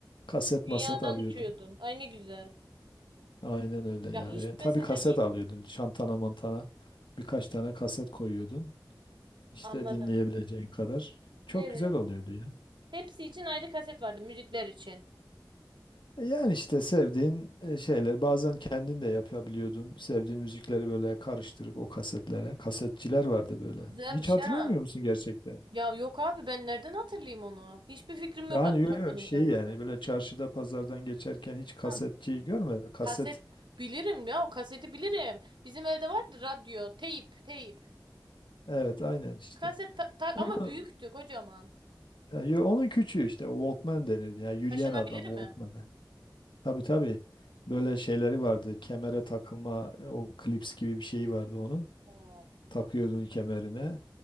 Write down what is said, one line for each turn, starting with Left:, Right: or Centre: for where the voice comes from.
Left: kaset
Right: Dünyadan
Left: maset alıyordun.
Right: uçuyordun. Ay ne güzel.
Left: Aynen öyle
Right: Ya
Left: ya.
Right: hiç
Left: Yani tabii
Right: mesela
Left: kaset
Right: yeni...
Left: alıyordun. Şantana mantana birkaç tane kaset koyuyordun. İşte
Right: Anladım.
Left: dinleyebileceğin kadar. Çok
Right: Evet.
Left: güzel oluyordu ya.
Right: Hepsi için ayrı kaset vardı müzikler için.
Left: E, Yani işte sevdiğin e, şeyler bazen kendin de yapabiliyordun. Sevdiğin müzikleri böyle karıştırıp o kasetlere. Kasetçiler vardı böyle.
Right: Güzelmiş
Left: Hiç hatırlamıyor
Right: ha.
Left: musun gerçekten?
Right: Ya yok abi ben nereden hatırlayayım onu? Hiçbir fikrim
Left: Yani
Right: yok hatta
Left: yo yo
Right: konuyla
Left: şey
Right: alakalı.
Left: yani böyle çarşıda pazardan geçerken hiç kasetçiyi
Right: Ha,
Left: görmedim. Kaset
Right: Kaset bilirim ya o kaseti bilirim. Bizim evde vardı radyo, teyp, teyp.
Left: evet aynen işte.
Right: Kaset ta- ta-
Left: Onu,
Right: ama büyüktü kocaman.
Left: e, yo- onun küçüğü işte Walkman denirdi. Yani yürüyen
Right: Taşınabilir
Left: adam Walkman'ı.
Right: mi?
Left: Tabii tabii. Böyle şeyleri vardı. Kemere takılma e, o klips gibi bir şeyi vardı onun.
Right: Oo.
Left: takıyordun kemerine.